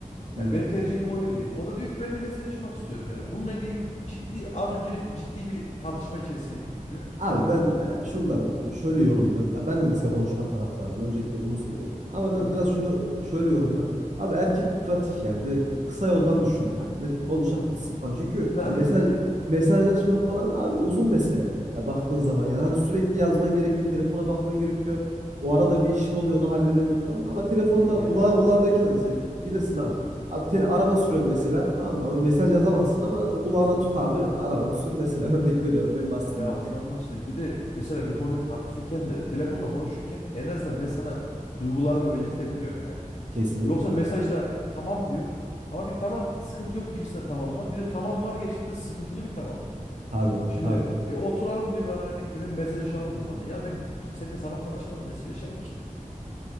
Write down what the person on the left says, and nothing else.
Yani benim tercihim o yöndeydi. O da diyor ki ben de mesajlaşmak istiyorum yani. Bununla ilgili ciddi az önce ciddi bir tartışma içerisine girdik biliyor musun?
Aha.
<laughs> Aynen
ya.
E yani.
Hı hı.
Ya ondan bahsedeyim. Bir de mesela bir konuyu tartışırken de telefonda konuşurken en azından ben sana duygularımı belirtebiliyorum yani.
Yoksa mesajda tamam diyorum ama bir tamam sıkıntı yok gibisinde tamam var. Bir de tamam var gerçekten sıkıntılı bir tamam.
Şimdi
e, oturalım diyor bana örnek veriyorum mesajlaşalım durmadan. Ya ben seninle sabahtan akşama kadar mesajlaşamam ki.